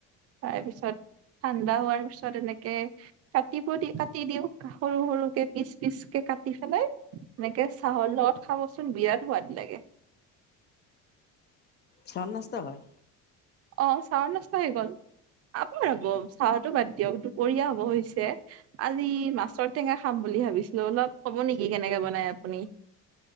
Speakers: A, on the right (about 55°); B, on the left (about 35°).
A: তাৰপিছত ঠাণ্ডা হোৱাৰ পিছত এনেকে কাটিব দি কাটি দিওঁ সৰু- সৰুকে পিচ পিচকে কাট দি পেলাই এনেকে চাহৰ লগত খাবচোন বিৰাট সোৱাদ লাগে।
B: চাম নষ্ট হয়
A: অ', চাহৰ নষ্ট হৈ গল আপোনানি চাহতো বাদ দিয়ক দুপৰীয়া হব হৈছে আজি মাছৰ টেঙা খাম বুলি ভাবিছিলো অলপ কব নেকি কেনেকে বনাই আপুনি?